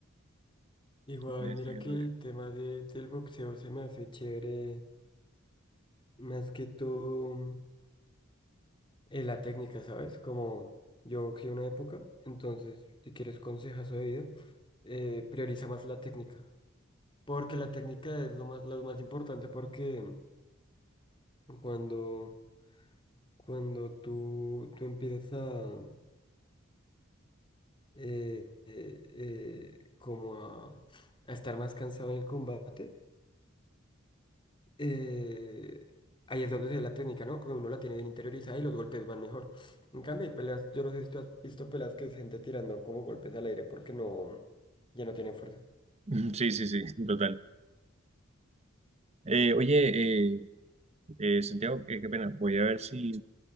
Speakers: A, on the left; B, on the right.
A: Igual,
B: Me
A: mira
B: sirve.
A: que el tema de, del boxeo se me hace chévere. Más que todo. eh, la técnica, ¿sabes? Como yo que una época, entonces, si quieres consejazo de vida, eh, prioriza más la técnica. Porque la técnica es lo más, lo más importante, porque cuando, cuando tú, tú empiezas a, eh, eh, eh, como a, a estar más cansado en el combate, eh, ahí es donde se ve la técnica, ¿no? Como uno la tiene bien interiorizada y los golpes van mejor. En cambio, hay peleas, yo no sé si tú has visto peleas que es gente tirando como golpes al aire porque no, ya no tienen fuerza.
B: <laughs> Sí, sí, sí, total. Eh, oye, eh, eh, Santiago, eh, qué pena. Voy a ver si,